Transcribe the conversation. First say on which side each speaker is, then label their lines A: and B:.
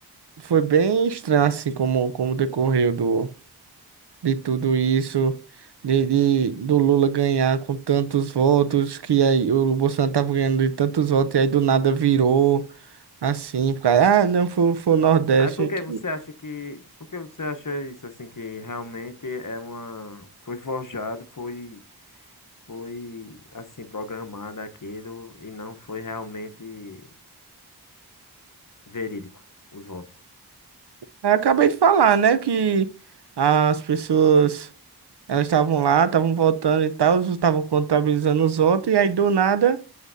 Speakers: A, on the right (about 80°); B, on the left (about 50°).
A: foi bem estranho assim como, como decorreu do de tudo isso, de, de- do Lula ganhar com tantos votos, que aí o Bolsonaro tava ganhando de tantos votos, e aí do nada virou assim, por causa, ah, não, foi, foi o Nordeste.
B: Aí por que
A: Que...
B: você acha que. Por que você acha isso, assim, que realmente é uma. Foi forjado, foi. Foi, assim, programado aquilo e não foi realmente verídico os votos.
A: Eu acabei de falar, né, que as pessoas, elas estavam lá, estavam votando e tal, estavam contabilizando os votos, e aí do nada